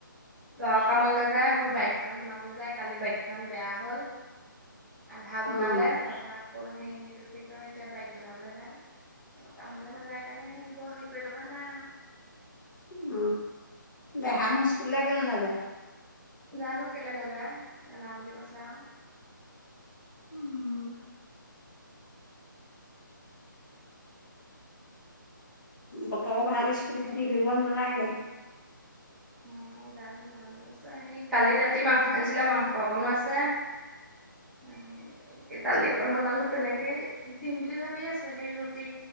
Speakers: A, in the centre; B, on the left.
A: অ কামলৈ নাযায় সোৰ বাইকখন বনাবলৈযায় কালি বাইকখন বেয়া হ'ল আধা বনালে
B: উম,
A: তাৰ পৰা আকৌ হেৰি এইটো কি কয় এতিয়া বাইক বনাবলৈ যায় কামলৈ নাযায় কাৰণে সেই বৰ হেৰি কৰি থকা নাই আৰু
B: উম দেহা নু স্কুললে কেলে নাযায়।
A: জানো কেলে নাযায়, নাযাওঁ বুলি কৈছে আও
B: উম, বতৰও ভাল
A: তাকে
B: স্কুল খতি কৰিব নালাগে।
A: অ জানো নাযাওঁ বুলি কৈছে স কালি ৰাতি মাংস আনিছিলে মাংস অকনো আছে। উম এ তালও অকমান বনালো তেনেকে দিম বুলি ভাবি আছো সেই ৰুটি